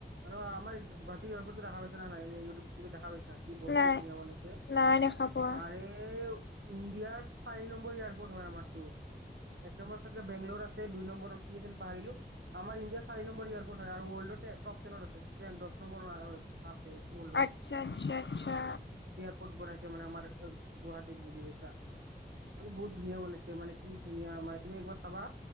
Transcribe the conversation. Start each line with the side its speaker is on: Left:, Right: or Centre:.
Right: আৰু আমাৰ গুৱাহাটী এয়াৰপৰ্টটো দেখা পাইছা নাই এনে ইউটউব চিটিউব দেখা পাইছা। কি বৰ
Left: নাই
Right: কি ধুনীয়া বনাইছে আৰে
Left: নাই দেখা পোৱা
Right: ইণ্ডিয়াৰ চাৰি নম্বৰ এয়াৰপোৰ্ট হয় আমাৰতো এক নম্বৰ চাগে বেংগলৰ আছে দুই নম্বৰত কি আছিল পাহৰিলোঁ আমাৰ ইণ্ডিয়া চাৰি নম্বৰ ইয়াৰ। হয় আৰু ৱৰ্ল্ডৰ টপ টেনত আছে দহ নম্বৰ আছে। ৱৰ্ল্ডৰ
Left: আচ্ছা - আচ্ছা - আচ্ছা।
Right: ক'ত বনাইছে মানে আমাৰ গুৱাহাটীত, বুজি পাইছাঁ? মানে বহুত ধুনীয়া বনাইছে, মানে কি ধুনীয়া। মানে তুমি একবাৰ চাবা